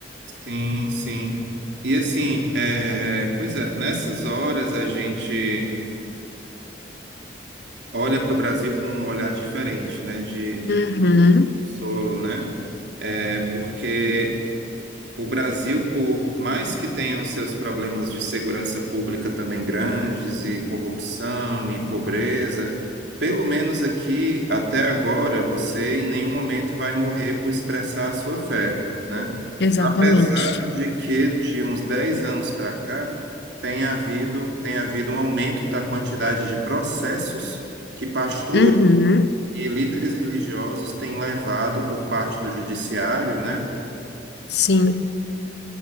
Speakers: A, on the right; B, on the left.
A: Sim, sim. E assim, é, pois é, nessas horas a gente olha para o Brasil com um olhar diferente, né? De, de
B: Uhum,
A: solo, né? É porque O Brasil, por mais que tenha os seus problemas de segurança pública também grandes, e corrupção e pobreza, pelo menos aqui, até agora, você em nenhum momento vai morrer por expressar a sua fé, né?
B: exatamente.
A: Apesar de que de uns 10 anos para cá, tem havido, tem havido um aumento da quantidade de processos que pastores
B: Uhum,
A: e líderes religiosos têm levado por parte do judiciário, né?
B: sim.